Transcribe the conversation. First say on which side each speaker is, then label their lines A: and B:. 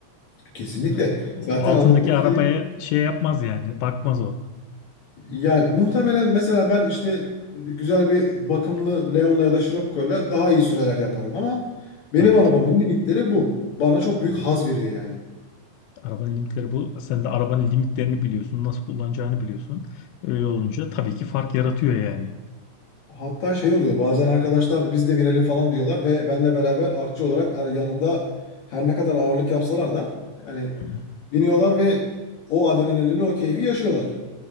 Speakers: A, on the left (about 65°); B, on the left (about 90°).
A: kesinlikle
B: Yani o
A: zaten
B: altındaki
A: anlatmak
B: arabaya
A: istediğim
B: şey yapmaz yani, bakmaz o
A: yani muhtemelen mesela ben işte e, güzel bir bakımlı Leon'la ya da Scirocco'yla daha iyi süreler yaparım ama benim
B: tabii
A: arabamın
B: ki.
A: limitleri bu. Bana çok büyük
B: Hı hı.
A: haz veriyor yani.
B: Arabanın limitleri bu. Sen de arabanın limitlerini biliyorsun, nasıl kullanacağını biliyorsun. Öyle olunca tabii ki fark yaratıyor yani.
A: Hatta şey oluyor bazen arkadaşlar biz de binelim falan diyorlar ve benle beraber artçı olarak ar- yanında her ne kadar ağırlık yapsalar da yani
B: Hı hı.
A: biniyorlar ve o adrenalini o keyfi yaşıyorlar.